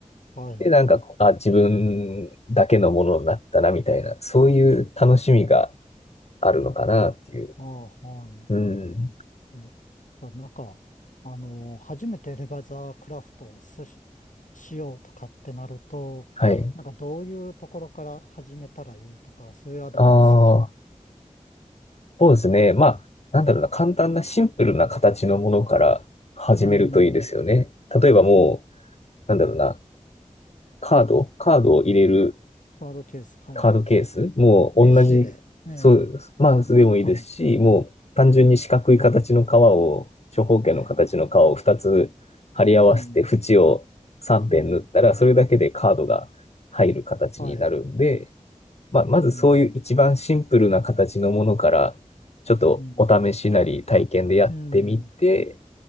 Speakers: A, on the left (about 75°); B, on the left (about 55°).
A: はい。
B: で、なんか、あ、自分だけのものになったな、みたいな、そういう楽しみがあるのかなっていう。
A: ああ、はい。
B: うん。
A: え、じゃあなんか、あの、初めてレバーザークラフトをすし、しようとかってなると、
B: はい。
A: なんかどういうところから始めたらいいとか、そういうアドバイスあります。
B: ああ、そうですね。まあ、なんだろうな、簡単なシンプルな形のものから始めるといいですよね。
A: うん、
B: 例えばもう、なんだろうな、カード、カードを入れる
A: カードケース、はい。
B: カードケース、もう同じ、
A: 名刺入れ、ええ、
B: そう、まあ、
A: とか、
B: でもいいですし、
A: はい、
B: もう単純に四角い形の革を、長方形の形の革を2つ貼り合わせて縁を3辺縫ったら、
A: はい。うん、うん、
B: それだけでカードが入る形になるんで、
A: はい。
B: まあ、まずそういう一番シンプルな形のものから、
A: うん、
B: ちょっとお試しなり体験でやってみて、
A: うん、うん、